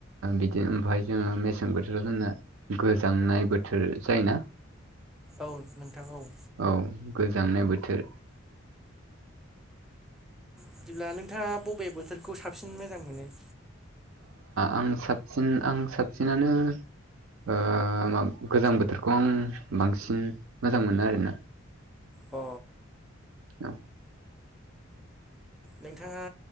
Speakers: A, on the right; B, in the centre.
A: बिदिनो ओमफफ्राय जोङो मेसें बोथोराव जोंना गोजांनाय बोथोर जायो ना
B: औ नोंथां औ
A: औ गोजांनाय बोथोर
B: बिदिब्ला नोंथाङा बबे बोथोरखौ साबसिन मोजां मोनो
A: आं साबसिन आं साबसिनानो ओ म गोजां बोथोरखौ आं बांसिन मोजां मोनो आरोना
B: अ
A: औ
B: नोंथाङा